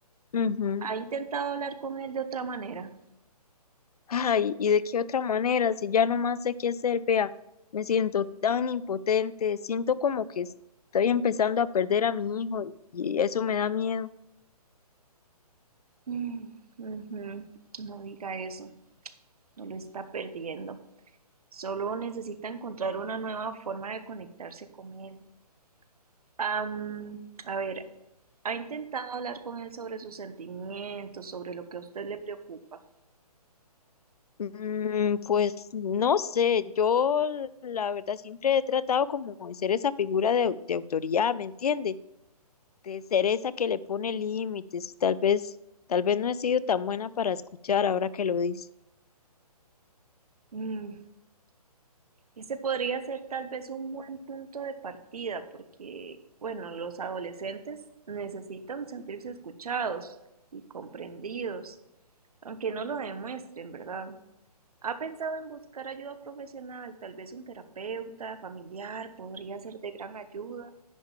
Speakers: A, on the left (about 70°); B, on the right (about 65°).
A: Ujú.
B: ¿Ha intentado hablar con él de otra manera?
A: Ay, ¿y de qué otra manera? Si ya no más sé qué hacer, vea, me siento tan impotente, siento como que estoy empezando a perder a mi hijo y y eso me da miedo.
B: Mm, ujú, No diga eso, no lo está perdiendo. Solo necesita encontrar una nueva forma de conectarse con él. Am, a ver, ¿ha intentado hablar con él sobre sus sentimientos, sobre lo que a usted le preocupa?
A: Mm, pues no sé, yo la verdad siempre he tratado como de ser esa figura de, au- de autoridad, ¿me entiende? De ser esa que le pone límites, tal vez, tal vez no he sido tan buena para escuchar ahora que lo dice.
B: Mm, ese podría ser tal vez un buen punto de partida, porque, bueno, los adolescentes necesitan sentirse escuchados y comprendidos, aunque no lo demuestren, ¿verdad? ¿Ha pensado en buscar ayuda profesional? Tal vez un terapeuta familiar podría ser de gran ayuda.